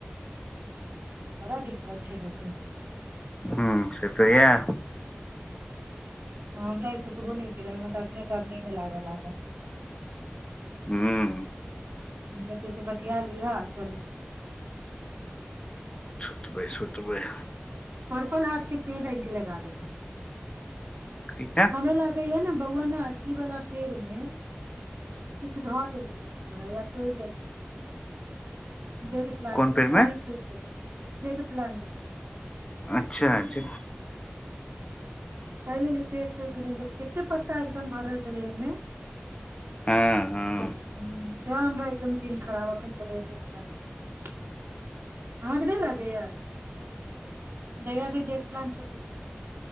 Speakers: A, on the right; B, on the left.
A: बड़ा दिक्कत छै लेकिन
B: हूं से तऽ यैह
A: हँ ता स सुब न फिरै त अपने सने मे लागल लागल
B: हूं
A: जलदी से बतििया लिह चलू सुतऽ
B: सुत भइ सुत भइ
A: पर्पल हाट के पेड़ आ के लगा दे मे
B: किया
A: हमरा लागे य ने बहुआना अथी वाला पेड़ मे ह किछु धऽ देलकै छड़ा या तोड़ि देलकै जेड प्लंट
B: कोन
A: मे
B: पेड़
A: तें ही सुखि देलै जेड प्लंट मे
B: अच्छा ज
A: तैलल पेस गेल लेलन्द कतेक पत्ता एकदम भरल छलै इमे
B: हँ हँ
A: ह त हमरा एकदम तीिन खराब एखन चल अहाके नहि ल आ गय जय सी जे प्लां